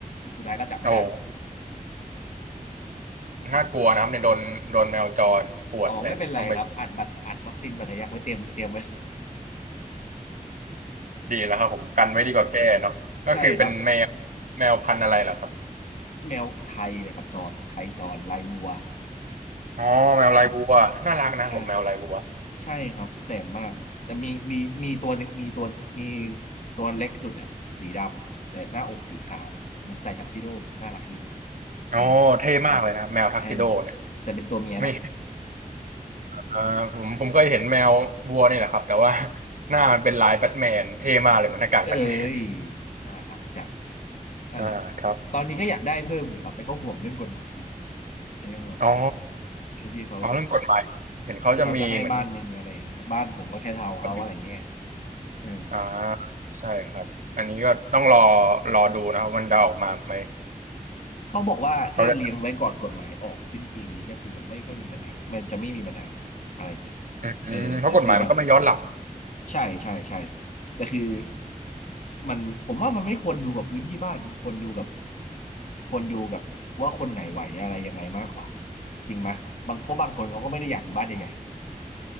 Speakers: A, on the left; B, on the right.
A: สุดท้ายก็จับไม่ได้
B: โอ้โห น่ากลัวนะครับเนี่ยโดนโดนแมวจรข่วนอะไรนี่ต้องไป
A: อ๋อไม่เป็นไรครับอัดบัตรอัดวัคซีนบัตรทะยักไว้เตรียมเตรียมไว้
B: ดีแล้วครับผมกันไว้ดีกว่าแก้เนาะก็คือเป็นแมว
A: <laughs> ใช่ครับ
B: แมวพันธุ์อะไรเหรอครับ
A: แมวไทยนะครับจรไทยจรลายวัว
B: อ๋อแมวลายบัวน่ารักนะผมแมวลายบัว
A: อ่าใช่ครับแสบมากแต่มีมีมีตัวหนึ่งมีตัวมีตัวเล็กสุดอะสีดำแต่หน้าอกสีขาวเหมอนใส่ทักซิโดน่ารักดี
B: อ๋อเท่มากเลยนะครับแมวทักซิโดเนี่ย
A: เออเออแต่เป็นตัวเมียนะ
B: ไม่เออผมผมเคยเห็นแมวบัวนี่แหละครับแต่ว่า <laughs> หน้ามันเป็นลายแบทแมนเท่มากเลยเหมือนหน้ากากแบทแมน
A: เอ้ยน่ารักจังนั่นแหละ
B: อ่าครับ
A: ตอนนี้ก็อยากได้เพิ่มอยู่ครับแต่ก็ห่วงเรื่องกฎหมายอยู่เรื่องแบบ
B: อ๋อ
A: ไอ้ที่เขา
B: อ๋อเรื่องกฎหมายเห็นเขาจะมีเหมือน
A: ที่เขาจะให้บ้านหนึ่งอะไรอย่างเงี้ยบ้านผมก็แค่ทาวน์เฮาส์อะไรเงี้ย
B: ระเบียบ
A: เออ
B: อ่าใช่ครับอันนี้ก็ต้องรอรอดูนะครับมันจะออกมาไหม
A: เขาบอกว่าถ้าเลี้ยงไว้ก่อนกฎหมายออกสิ้นปีนี้ก็คือมันไม่ค่อยมีปัญหามันจะไม่มีปัญหา
B: เขาจะ
A: อะไรเงี้ย
B: อืมเพราะกฎหมายมันก็ไม่ย้อนหลัง
A: เออแต่คือแบบใช่ใช่ใช่แต่คือมันผมว่ามันไม่ควรดูกับพื้นที่บ้านมันควรดูกับควรดูกับว่าคนไหนไหวอะไรยังไงมากกว่าจริงไหมยบางเพราะบางคนเขาก็ไม่ได้อยากอยู่บ้านใหญ่